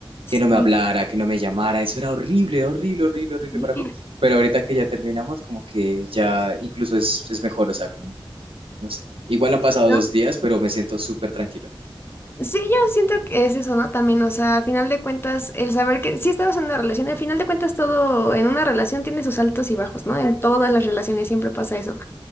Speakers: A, on the left (about 25°); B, on the right (about 75°).
A: Sí,
B: que no me hablara, que no me llamara, eso era horrible, horrible, horrible,
A: <laughs>
B: horrible para mí, pero ahorita que ya terminamos, como que ya incluso es, es mejor, o sea, como, no sé, igual han pasado
A: ¿no?
B: dos días, pero me siento súper tranquilo.
A: Sí, yo siento que es eso, ¿no? También, o sea, a final de cuentas, el saber que sí estabas en una relación, al final de cuentas todo en una relación tiene sus altos y bajos, ¿no? En todas las relaciones siempre pasa eso.